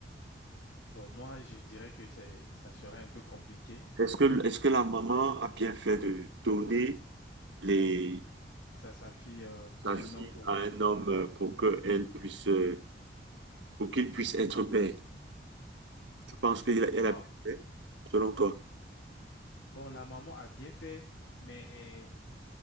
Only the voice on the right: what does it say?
Est-ce que, est-ce que la maman a bien fait de donner les,
sa
fille
à
un homme pour que elle puisse, euh, pour qu'il puisse être père? Tu penses qu'elle a elle
a bien fait, selon toi?